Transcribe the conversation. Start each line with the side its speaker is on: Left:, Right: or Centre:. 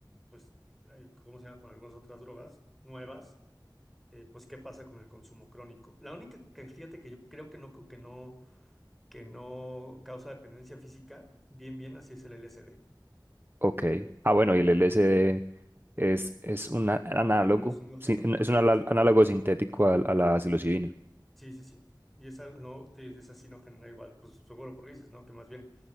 Centre: pues, eh, ¿cómo se llama? Con algunas otras drogas nuevas, eh, pues, ¿qué pasa con el consumo crónico? La única que, fíjate que yo creo que no, que no, que no causa dependencia física, bien, bien, así es el LSD,
Right: Ok. Ah, bueno, y el LSD es, es un a- análogo,
Centre: alucinógeno.
Right: sí, es un ala-
Centre: Sí,
Right: análogo
Centre: sí,
Right: sintético a, a la psilocibina.
Centre: sí, sí. sí. Y esa no, te dices, esa sí no genera igual, pues seguro porque dices, ¿no? Que más bien